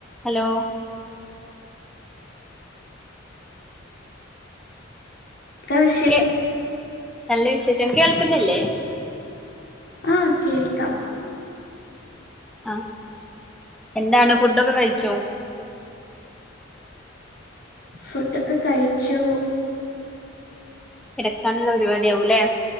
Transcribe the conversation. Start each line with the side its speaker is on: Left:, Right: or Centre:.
Centre: ഹലോ
Left: കേൾക്കാം പക്ഷേ
Centre: ക്ക് നല്ല വിശേഷം കേൾക്കുന്നില്ലേ
Left: ആഹ് കേൾക്കാം
Centre: ആ എന്താണ് ഫുഡൊക്കെ കഴിച്ചോ?
Left: ഫുഡൊക്കെ കഴിച്ചു-
Centre: കെടക്കാനുള്ള ഒരുപാടി ആവൂല്ലേ?